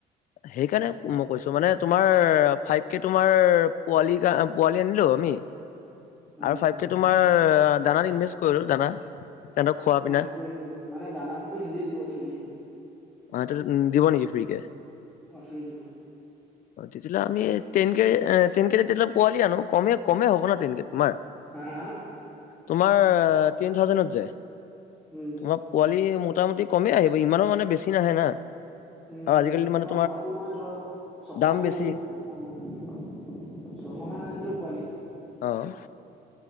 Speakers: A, on the left (about 55°); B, in the centre.
A: সেইকাৰণে মই কৈছো মানে তোমাৰ ফাইভ কে তোমাৰ পোৱালি- পোৱালি আনিলো। আমি
B: উম
A: আৰু ফাইভকে তোমাৰ দানাত ইনভেষ্ট কৰিলো দানা। সিহঁতক খোৱা
B: অ'
A: পিনা
B: সেইটোৱে মানে দানাটোতো সিহতিয়ে দিব ফ্ৰীয়ে।
A: অ' <unintelligible> দিব নেকি ফ্ৰীকে।
B: অ ফ্ৰী দিব
A: অ', তেতিয়াহ'লে আমি টেন কে টেন কেজি তেতিয়ালে পোৱালি আনো কমে- কমে হ'ব না। তেনকে তোমাৰ
B: হা- হা।
A: তোমাৰ, তিন থাউজেনত যায়।
B: উম
A: তোমাৰ পোৱালি মোটামুটি কমেই আহিব ইমানো মানে বেছি নাহে না।
B: উম'
A: আজিকালি
B: তোমাৰ
A: মানে
B: পোৱালি মই ধৰ ছশ
A: দাম
B: নিলো,
A: বেছি
B: ছশ মান। চ' সমান আনিলেও পোৱালি।
A: অ'।